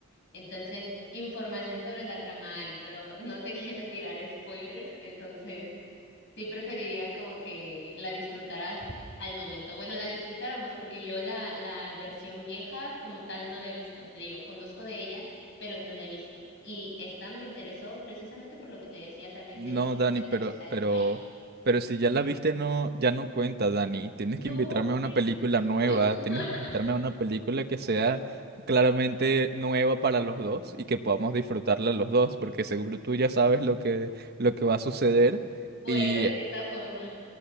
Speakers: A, on the left; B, on the right.
A: Entonces, información sobre la trama hay, pero no te <laughs> quiero tirar spoilers, entonces sí preferiría como que la disfrutaras al momento. Bueno, la disfrutáramos porque yo la, la versión vieja como tal no la he visto, te digo, conozco de ella, pero no la he visto. Y esta me interesó precisamente por lo que te decía también
B: No,
A: del tema
B: Dani,
A: de
B: pero,
A: la chica de
B: pero,
A: Twilight.
B: pero si ya la viste, no, ya no cuenta, Dani. Tienes
A: No,
B: que
A: no
B: invitarme a una
A: la he
B: película
A: visto.
B: nueva,
A: <laughs>
B: tienes que invitarme a una película que sea claramente nueva para los dos y que podamos disfrutarla los dos, porque seguro tú ya sabes lo que, lo que va a suceder.
A: Bueno,
B: Y
A: de cierta forma,